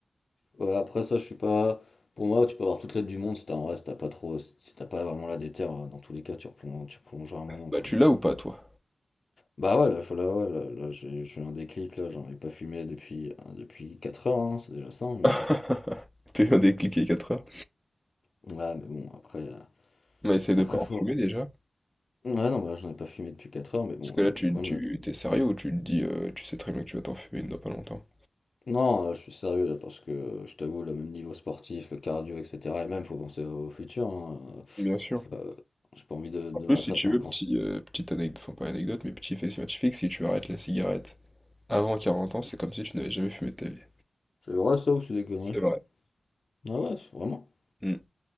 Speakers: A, on the left; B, in the centre.
A: ouais, après ça, je suis pas. Pour moi, tu peux avoir toute l'aide du monde si t'as en reste, t'as pas trop. Si t'as pas vraiment la déter, euh, dans tous les cas, tu replonges, tu replongeras un moment,
B: Bah,
A: quoi.
B: tu l'as ou pas, toi?
A: Bah ouais, là, faut- là, ouais, là, là, j'ai j'ai eu un déclic, là, j'en ai pas fumé depuis, euh, depuis 4 heures, hein, c'est déjà ça, mais.
B: <laughs> T'as eu un déclic les 4 heures.
A: Ouais, mais bon, après, euh,
B: On essaie de
A: après
B: pas en
A: faut.
B: fumer, déjà.
A: Ouais, non, bah, j'en ai pas fumé depuis 4 heures, mais bon,
B: Parce que
A: le
B: là, tu,
A: problème
B: tu,
A: là.
B: t'es sérieux ou tu te dis, euh, tu sais très bien que tu vas t'en fumer dans pas longtemps.
A: Non, euh, je suis sérieux là, parce que euh, je t'avoue, le même niveau sportif, le cardio, etc. Et même, faut penser au futur. hein,
B: Bien sûr.
A: euh, euh, j'ai pas envie de, de
B: En plus,
A: m'attraper
B: si tu
A: un
B: veux,
A: cancer.
B: petit, euh, petite anecdote, enfin pas anecdote, mais petit fait scientifique, si tu arrêtes la cigarette avant 40 ans, c'est comme si tu n'avais jamais fumé de ta vie.
A: C'est vrai ça ou c'est des conneries?
B: C'est vrai.
A: Ah ouais, c'est- vraiment?
B: Mm.